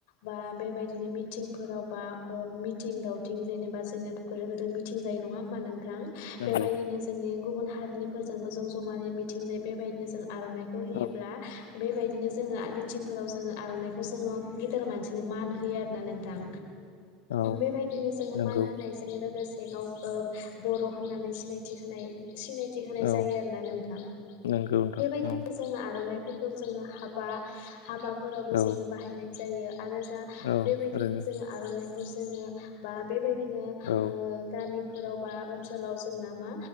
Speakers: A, on the left; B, on the left.
A: बा बेबायदिनो मिटिंफोराव बा ओ मि थिं दावथिं जेनेबा जोङो थ' गोदोर गोदोर मिथिं जायो नङा होमबा नोंथां
B: नंगौ
A: बेबायदिनो जोंनि गुबुन हारिनिफोरजोंबो जों ज'मायै मिथिंजायो बेबायदिनो जोङो आर'नाइखौ होयोब्ला
B: औ
A: बेबायदिनो जोङो आ मिथिंफोराव जोङो आर'नाइखौ जोङो गेदेर मानसिनो मान होयो आरोना नोंथां।
B: औ
A: बेबायदिनो जोङो
B: नंगौ
A: मान होनायजों लोगोस बेंआव ओ बर' होननानै सिनायथि होनाय सिनायथि होनाय
B: औ
A: जायो आरोना नोंथां।
B: नंगौ नोंथां
A: बेबायदिनो
B: औ
A: जोङो आर'नाइ फोरखौ जोङो हाबा हाबा फोरावबो
B: औ
A: जोङो बाहायनाय जायो। आरो जा
B: औ
A: बेबायदिनो
B: ओरैनो
A: जोङो आर'नाइ जोङो बा बे बायदिनो ओ
B: औ
A: गामिफोरावबा ओनसोलाव जोंना मा